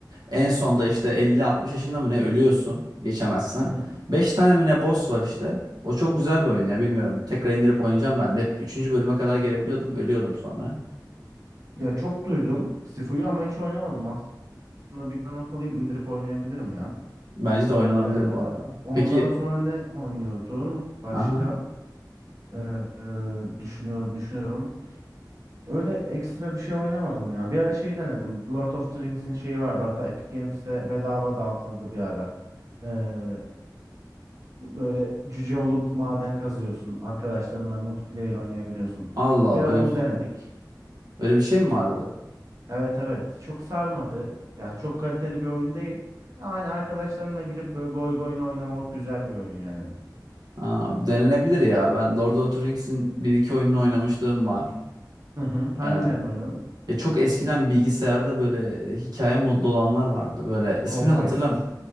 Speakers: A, on the right; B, on the right.
A: En sonda işte elli, 60 yaşında mı ne ölüyorsun geçemezsen.
B: Hı hı.
A: 5 tane mi ne boss var işte. O çok güzel bir oyun ya bilmiyorum. Tekrar indirip oynayacağım ben de. Hep üçüncü bölüme kadar gelebiliyordum, ölüyordum sonra.
B: Ya çok duydum Sifo'yu ama hiç oynamadım. Aslında bir not alayım indirip oynayabilirim ya.
A: Bence de oynanabilir
B: Ee,
A: bu arada.
B: ondan
A: Peki,
B: sonra ne oynuyordum? Başka?
A: aha.
B: Ee, e, düşünüyorum düşünüyorum. Öyle ekstra bir şey oynamadım ya. Bir ara şey denedim. The Lord of the Rings'in şeyi vardı. Hatta Epic Games'te bedava dağıtıldı bir ara. Ee, böyle cüce olup maden kazıyorsun. Arkadaşlarınla multiplayer oynayabiliyorsun.
A: Allah Allah
B: Bir ara
A: öyle
B: onu
A: bir,
B: denedik.
A: öyle bir şey mi vardı?
B: Evet evet çok sarmadı. Yani çok kaliteli bir oyun değil. Ama Hani arkadaşlarına girip böyle goy goyuna oynamalık güzel bir oyun yani.
A: Aa, denenebilir ya. Ben Lord of the Rings'in bir iki oyununu oynamışlığım var.
B: Hı hı. Hangilerini
A: Ee,
B: oynadın?
A: ya çok eskiden bilgisayarda böyle e, hikaye modlu olanlar vardı. Böyle ismini
B: Conquest.
A: hatırlamıyorum.